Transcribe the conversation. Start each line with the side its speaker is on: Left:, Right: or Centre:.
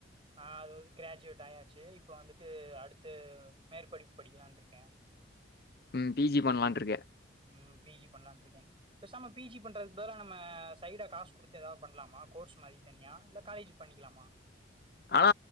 Right: ஆஹ் அதுவது கிராஜுவேட் ஆயாச்சு இப்பொ வந்துட்டு அடுத்து மேற்படிப்பு படிக்கலான்ட்ருக்க
Left: ம் பிஜி பண்லான்ட்ருக்க
Right: ம் பிஜி பண்லான்ட்ருக்கே பேசாம பிஜி பண்றதுக்கு பதிலா நம்ம சைடா காசுக் குடுத்து எதாவ் பண்லாமா கோர்ஸ் மாரி தனியா இல்ல காலேஜ் பண்ணிக்கலாமா
Left: ஆனா